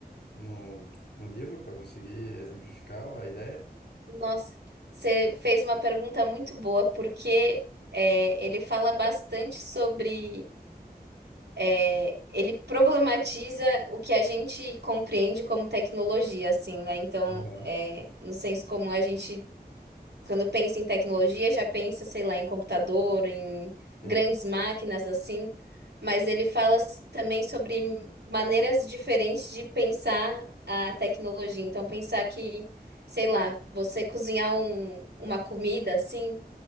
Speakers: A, on the left; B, on the right.
A: no, no livro para conseguir exemplificar a ideia?
B: Nossa, você fez uma pergunta muito boa, porque é, ele fala bastante sobre. é, ele problematiza o que a gente compreende como tecnologia, assim, né? Então,
A: Aham.
B: é, no senso comum, a gente. Quando pensa em tecnologia, já pensa, sei lá, em computador, em
A: Sim.
B: grandes máquinas assim, mas ele fala s- também sobre maneiras diferentes de pensar a tecnologia. Então, pensar que, sei lá, você cozinhar um- uma comida assim,